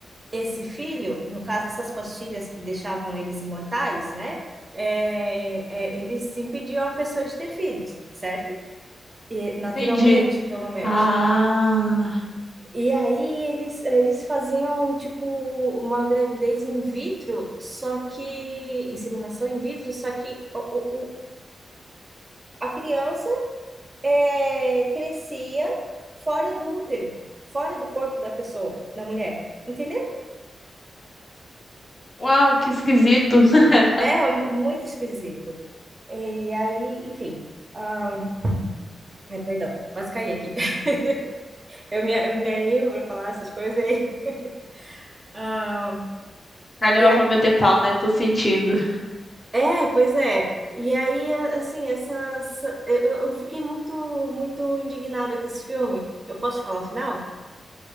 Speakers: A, on the right; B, on the left.
A: esse filho, no caso, essas pastilhas que deixavam eles imortais, né? é, é, eles impediam a pessoa de ter filhos, certo? E, naturalmente,
B: entendi.
A: pelo menos.
B: Ah.
A: E aí eles, eles faziam tipo uma gravidez in vitro, só que inseminação in vitro, só que o, o- o- a criança é, crescia fora do útero, fora do corpo da pessoa, da mulher. Entendeu?
B: Uau, que esquisito. <laughs>
A: É muito esquisito. E aí, enfim. ah, ai, perdão, quase caí aqui. <laughs> Eu me, eu me animo pra falar essas coisas aí. <laughs> Ah,
B: Anime
A: e é,
B: pra meter pau, né? Tô sentindo.
A: é, pois é. E aí, assim, essa, essa- eu, eu eu fiquei muito, muito indignada com esse filme. Eu posso falar o final?